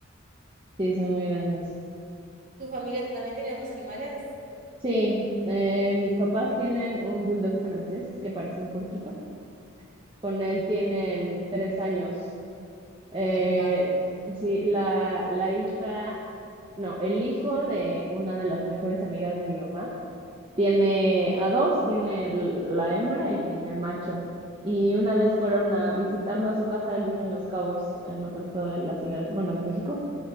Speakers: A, on the right; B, on the right.
A: sí, son muy grandes.
B: ¿Tu familia también tiene otros animales?
A: Sí, eh, mis papás tienen un bulldog francés que parece un puerquito. Con él tienen tres años Eh,
B: Me encanta.
A: sí, la, la hija, no, el hijo de una de las mejores amigas de mi mamá tiene a dos, tiene el- la hembra y tiene el macho. Y una vez fueron a visitarlo a su casa, él vive en Los Cabos, en otro estado de la ciudad, bueno, de México